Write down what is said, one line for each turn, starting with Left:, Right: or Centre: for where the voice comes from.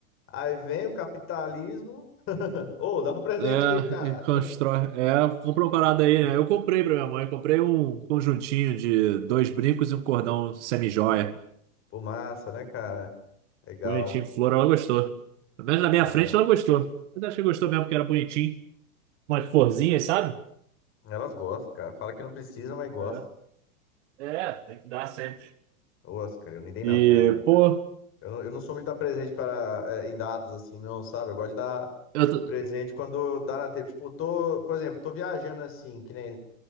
Left: Aí vem o capitalismo. <laughs> Ô, dá um presente
Right: É,
Left: aí, cara.
Right: e constrói. É, comprou uma parada aí, né? Eu comprei pra minha mãe, comprei um conjuntinho de dois brincos e um cordão semi-joia.
Left: <laughs> Pô, massa, né, cara? Legal.
Right: Bonitinho, flor, ela gostou. Pelo menos na minha
Left: Ah,
Right: frente ela gostou. Mas acho que gostou mesmo, porque era bonitinho. Umas florzinhas, sabe?
Left: elas gostam, cara. Fala que não precisa, mas gosta.
Right: É, É, tem que dar sempre.
Left: Nossa, cara, eu nem dei nada
Right: E,
Left: pra minha mãe, cara.
Right: pô,
Left: Eu não, eu não sou muito de dar presente para, em datas assim, não, sabe? Eu gosto de dar
Right: eu tô...
Left: presente quando dá na tempo. Tipo, tô, por exemplo, tô viajando assim, que nem.